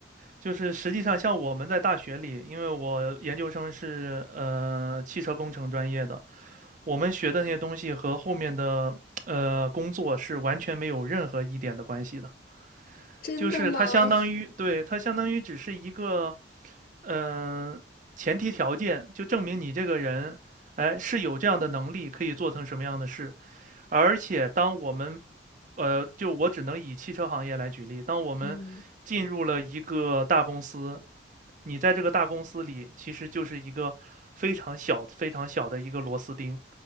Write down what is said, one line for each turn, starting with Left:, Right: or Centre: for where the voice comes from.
Right: 就是实际上，像我们在大学里，因为我研究生是呃汽车工程专业的，我们学的那些东西和后面的呃工作是完全没有任何一点的关系的。
Left: 真的吗？
Right: 就是它相当于，
Left: <laughs>
Right: 对，它相当于只是一个，呃，前提条件，就证明你这个人，哎，是有这样的能力，可以做成什么样的事。而且当我们，呃，就我只能以汽车行业来举例，当我们进入了一个大公司，
Left: 嗯，
Right: 你在这个大公司里其实就是一个非常小、非常小的一个螺丝钉。